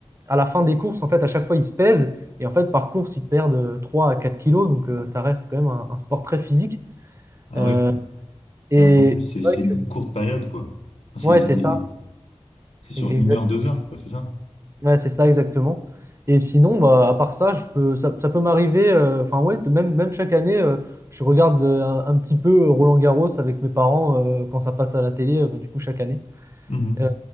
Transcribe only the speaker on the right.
à la fin des courses, en fait, à chaque fois, ils se pèsent. Et en fait, par course, ils perdent euh, 3 à 4 kilos. Donc, euh, ça reste quand même un, un sport très physique.
Euh,
et
c'est vrai
que-
ouais,
c'est
ça.
E-
Ouais, c'est ça exactement. Et sinon, bah, à part ça, je peux, ça, ça peut m'arriver, euh, enfin ouais, de- même, même chaque année, euh, je regarde euh, un, un petit peu Roland-Garros avec mes parents euh, quand ça passe à la télé, euh, bah, du coup chaque année.
Euh,